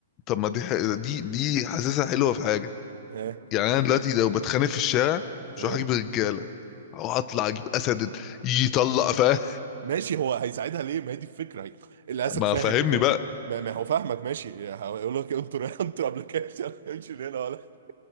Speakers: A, on the left; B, on the right.
A: طب ما دي ح... دي دي حاسسها حلوه في حاجه
B: ها
A: يعني
B: مش عارف
A: انا دلوقتي
B: ايه
A: لو بتخانق في الشارع
B: تمام
A: مش هروح اجيب رجاله او اطلع اجيب اسد يطلق فاهم
B: ماشي هو هيساعدها ليه ما هي دي الفكره هي الاسد
A: ما
B: فاهم
A: فاهمني
B: وفاهم.
A: بقى
B: ما, ما هو فاهمك ماشي هيقول لك انطر انطر ابلكيشن امشي <laughs> من هنا ولا